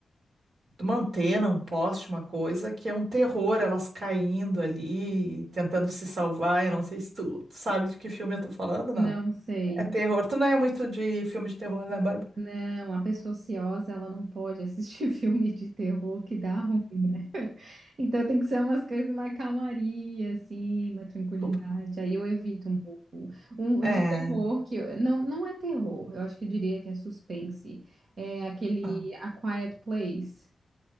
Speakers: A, on the right; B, on the right.
A: de uma antena, um poste, uma coisa, que é um terror, elas caindo ali, tentando se salvar, eu não sei se tu, tu sabe de que filme eu tô falando, não.
B: Não sei.
A: É terror, tu não é muito de filme de terror, né, Bárbara?
B: Não, a pessoa ociosa, ela não pode assistir <laughs> filme de terror que dá ruim, né? <laughs> Então tem que ser umas coisas mais calmaria, assim, uma tranquilidade.
A: Desculpa.
B: Aí eu evito um pouco. Um
A: É.
B: de
A: É.
B: terror que eu- não, não é terror, eu acho que eu diria que é suspense. É aquele
A: Ah.
B: A Quiet Place.